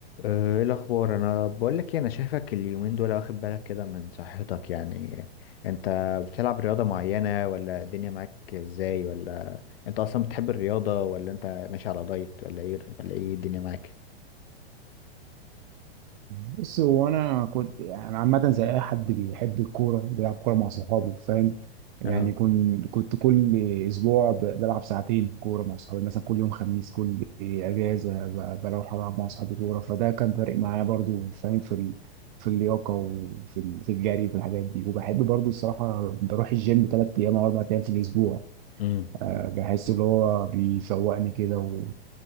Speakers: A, on the left; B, on the right.
A: آه، ايه الاخبار انا بقول لك انا شايفك اليومين دول واخد بالك كده من صحتك يعني انت بتلعب رياضة معينة ولا الدنيا معاك ازاي ولا انت اصلا بتحب الرياضة ولا انت ماشي على دايت ولا ايه ولا ايه الدنيا معاك
B: بص هو انا كنت يعني عامه زي اي حد بيحب الكوره بيلعب كوره مع صحابه فاهم يعني
A: اه
B: كنت كنت كل اسبوع ب- بلعب ساعتين كوره مع صحابي مثلا كل يوم خميس كل اجازه ب- بروح العب مع صحابي كوره فده كان فارق معايا برضو فاهم في ال... في اللياقه وفي ال... في الجري في الحاجات دي وبحب برضو الصراحه بروح الجيم ثلاث ايام او اربع ايام في الاسبوع
A: امم
B: بحس اللي هو بيفوقني كده